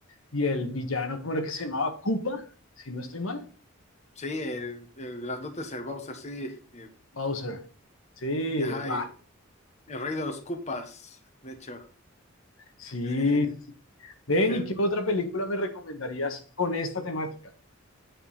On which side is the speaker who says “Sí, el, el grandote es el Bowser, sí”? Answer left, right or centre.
Left